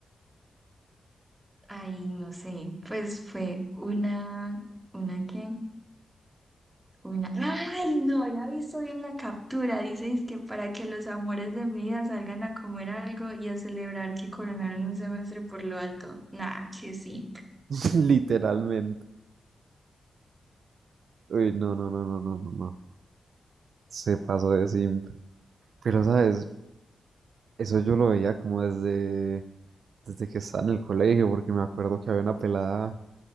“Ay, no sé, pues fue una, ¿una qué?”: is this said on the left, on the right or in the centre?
Right